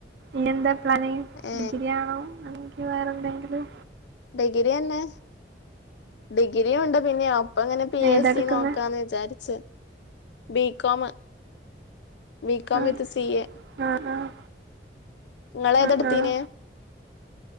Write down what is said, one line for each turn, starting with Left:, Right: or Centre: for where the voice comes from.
Right: ഇനി എന്താ പ്ലാനിങ്ങ്
Left: ഏ
Right: ഡിഗ്രി ആണോ അല്ലെങ്കി വേറെ എന്തെങ്കിലും
Left: ഡിഗ്രിയന്നെ ഡിഗ്രിയൊണ്ട് പിന്നെ ഒ അപ്പൊ അങ്ങനെ പി
Right: ഏതാ
Left: എസ്
Right: എടുക്കുന്നെ
Left: സി നോക്കാന്ന് വിചാരിച്ച് ബികോമ് ബി കോം
Right: ആഹ്
Left: വിത്ത് സി എ
Right: ആഹ് ആഹ്
Left: ഇങ്ങളേതെടുത്തീന്
Right: ആഹ് ആഹ്